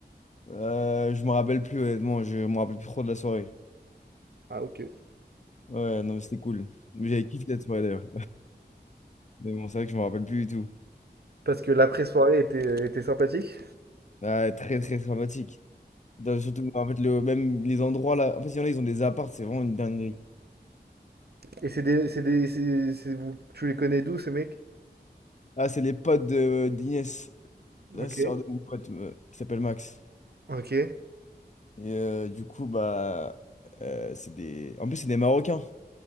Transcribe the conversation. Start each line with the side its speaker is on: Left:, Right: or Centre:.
Left: Euh, je me rappelle plus, honnêtement, je me rappelle plus trop de la soirée.
Right: Ah, ok.
Left: Ouais, non, mais c'était cool. Mais J'avais kiffé cette soirée d'ailleurs. Mais bon, c'est vrai que je me rappelle plus du tout.
Right: Parce que l'après-soirée était, euh, était sympathique.
Left: Ouais, très, très sympathique. Putain, Surtout, en fait, le, même les endroits là. En fait, il y en a, ils ont des apparts, c'est vraiment une dinguerie.
Right: Et c'est des, c'est des, c'est, c'est vous, tu les connais d'où, ces mecs?
Left: Ah, c'est les potes de euh, d'Inès, la
Right: Ok.
Left: sœur de mon pote, euh, qui s'appelle Max.
Right: Ok.
Left: Et euh, du coup, bah. euh, c'est des. En plus, c'est des Marocains.